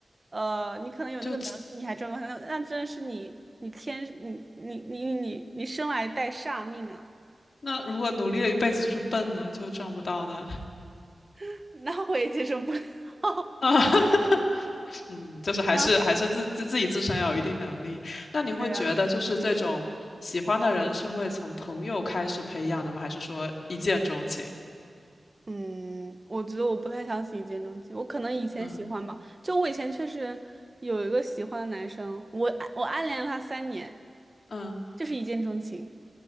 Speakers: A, on the right; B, on the left.
A: 呃，你可能有那个能力，
B: 就
A: 你还赚不到钱，那那真的是你你天你你你你你生来带煞命啊，
B: 那如果努力了一辈子就是笨呢，就赚不到呢？
A: <laughs> 那我也接受不了。<laughs>
B: 啊，<laughs> 嗯，就是还是还是自自自己自身要有一定能力。
A: 啊
B: 那你会觉得就是这种喜欢的人是会从朋友开始培养的吗？
A: 对啊。
B: 还是说一见钟情？
A: 嗯，我觉得我不太相信一见钟情，我可能以前喜欢吧，
B: 嗯
A: 就我以前确实有一个喜欢的男生，我暗我暗恋了他三年，
B: 嗯
A: 就是一见钟情，